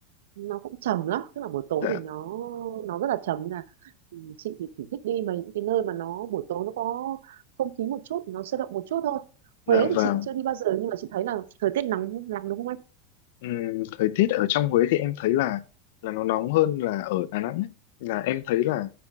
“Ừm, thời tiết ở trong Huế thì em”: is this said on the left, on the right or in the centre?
Left